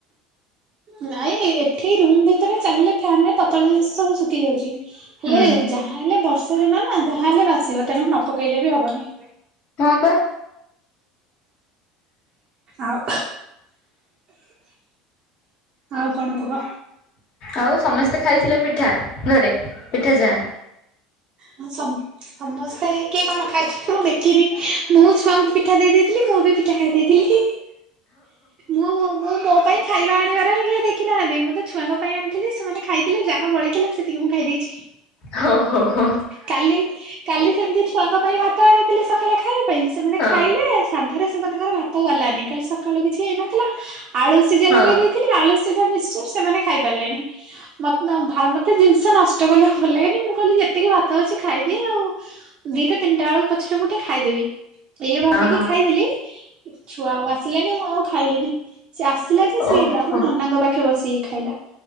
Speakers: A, on the right (about 45°); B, on the left (about 55°).
A: ନାଇଁ ଏଠି ରୁମ୍ ଭିତରେ ଚାଲିଲେ ଫ୍ୟାନରେ ତଳ ଜିନିଷ ସବୁ ଶୁଖିଯାଉଛି। ହେଲେ
B: ହୁଁ
A: ଯା ଯାହା ହେଲେ ବର୍ଷା ଦିନ ନା ଯାହା ହେଲେ ବାସିବ ତେଣୁ ନ ପକେଇଲେ ବି ହବନି।
B: ହଁ ପା।
A: ଆଉ ଆଉ କଣ କୁହ?
B: ଆଉ ସମସ୍ତେ ଖାଇଥିଲେ ପିଠା ଘରେ, ପିଠା ଚାହାଁ
A: ହଁ ସମ-ସମସ୍ତେ ହେଇକି କିଏ କଣ ଖାଇଛନ୍ତି ମୁଁ ଦେଖିନି। ମୁଁ ଛୁଆଙ୍କୁ ପିଠା ଦେଇଦେଇ ଥିଲି। ମୁଁ ବି ପିଠା ଖାଇ ଦେଇଥିଲି। ମୁଁ-ମୁଁ ମୋ ପାଇଁ ଖାଇବା ଆଣିବାର ହିଁ କେହି ଦେଖିନାହାନ୍ତି। ମୁଁ ତ ଛୁଆଙ୍କ ପାଇଁ ଆଣିଥିଲି ସେମାନେ ଖାଇଥିଲେ ଯାହା ବଳିଥିଲା ସେତିକି ମୁଁ ଖାଇ ଦେଇେଛି।
B: ହ, ହୋ, ହୋ।
A: କାଲି କାଲି ସେମିତି ଛୁଆଙ୍କ ପାଇଁ ଭାତ ଆଣିଥିଲେ ସକାଳେ ଖାଇବା ପାଇଁ ସେମାନେ
B: ହଁ
A: ଖାଇଲେ ସାଧାରେ ସେମାନଙ୍କର ଭାତ ଗଲାନି କାଲି ସକାଳୁ କିଛି ହେଇନଥିଲା ଆଳୁ ସିଝା
B: ହଁ
A: ଲଗେଇ ଦେଇଥିଲି ଖାଲି ଆଳୁସିଝା, ମିଶଚର୍ ସେମାନେ ଖାଇ ପାରିଲେନି। ମତେ ଜିନିଷ ନଷ୍ଟ କଲେ ଭଲ ଲାଗେନି ମୁଁ କହିଲି ଯେତିକି ଭାତ ଅଛି ଖାଇଦିଏ ଆଉ ଦିଟା ତିନିଟା ବେଳକୁ ପଛରେ ମୁଠେ ଖାଇଦେବି। ଇଏ ଭାବିକି
B: ଅ ହ
A: ଖାଇଦେଲି। ଛୁଆ ଆଉ ଆସିଲେନି ମୁଁ ଆଉ ଖାଇଲିନି। ସେ ଆସିଲା ଯେ ସିଏ
B: ଓହୋ
A: ଆମ ନନାଙ୍କ ପାଖେ ବସିକି ଖାଇଲା।